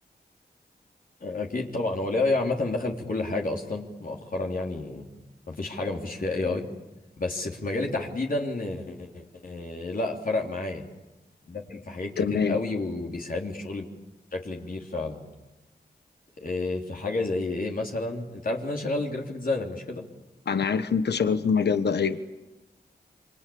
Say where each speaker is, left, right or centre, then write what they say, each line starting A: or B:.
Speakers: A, on the left; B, on the left.
A: اكيد طبعا هو الاي اي عامه دخل في كل حاجه اصلا مؤخرا يعني ما فيش حاجه ما فيش فيها اي اي بس في مجالي تحديدا آه، لا فرق معايا داخل في حاجات كتير
B: تمام
A: قوي وبيساعدني في شغلي بشكل كبير فعلا آه، في حاجه زي ايه مثلا انت عارف ان انا شغال جرافيك ديزاينر مش كده
B: انا عارف ان انت شغال في المجال ده ايوه